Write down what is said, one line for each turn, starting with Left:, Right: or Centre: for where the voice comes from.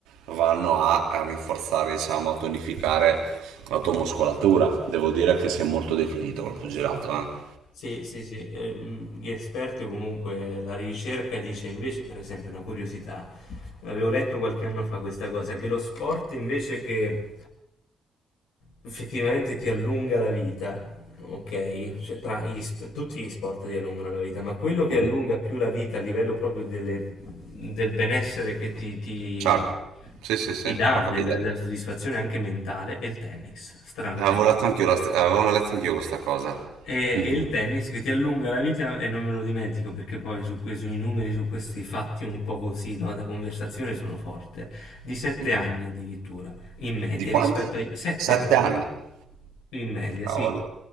Right: vanno a, a rinforzare, diciamo, a tonificare la tua muscolatura. Devo dire che si è molto definito col pugilato, eh.
Left: Sì, sì, sì, ehm, gli esperti o comunque la ricerca dice invece, per esempio, una curiosità, avevo letto qualche anno fa questa cosa, che lo sport invece che effettivamente ti allunga la vita, ok? Cioè, tra gli sp- tutti gli sport ti allungano la vita, ma quello che
Right: Mhm.
Left: allunga più la vita a livello proprio delle- del benessere che ti, ti-
Right: Certo, sì, sì, sì,
Left: ti dà,
Right: ho capito.
Left: della, della soddisfazione anche mentale, è il tennis, stranamente.
Right: Avevo letto anch'io la st- avevo letto anch'io questa cosa.
Left: E,
Right: Mhm,
Left: e il tennis che ti allunga la vita e non me lo dimentico perché poi su que- sui numeri, su questi fatti un po' così, no, da conversazione sono forte. Di sette
Right: mhm.
Left: anni addirittura, in media,
Right: Di quanti?
Left: rispetto ai sette
Right: Sette
Left: anni.
Right: anni.
Left: In media,
Right: Cavoli.
Left: sì,